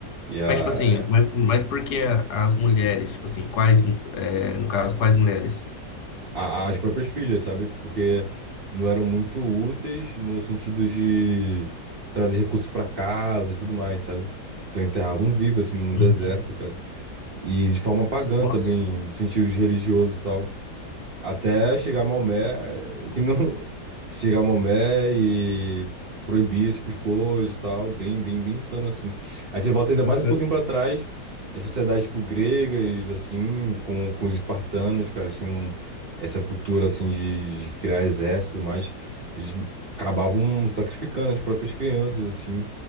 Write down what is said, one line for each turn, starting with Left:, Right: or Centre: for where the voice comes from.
Right: E a,
Left: Mas, tipo assim, mas, mas por que as mulheres? Tipo assim, quais, é, no caso, quais mulheres?
Right: a- as próprias filhas, sabe? Porque não eram muito úteis no sentido de trazer recursos pra casa e tudo mais, sabe? Então enterravam vivo, assim, no
Left: Uhum.
Right: deserto, cara. E de forma pagã
Left: Nossa,
Right: também, no sentido de religioso e tal. Até chegar a Maomé, eh, que não. <laughs> Chegar a Maomé e proibir esse tipo de coisa e tal. Bem, bem, bem insano, assim. Aí você volta ainda mais
Left: caramba.
Right: um pouquinho pra trás. E a sociedade, tipo, gregas, assim, com, com os espartanos, cara, tinham essa cultura, assim, de, de criar exército e tudo mais. Eles acabavam sacrificando tipo, as próprias crianças, assim,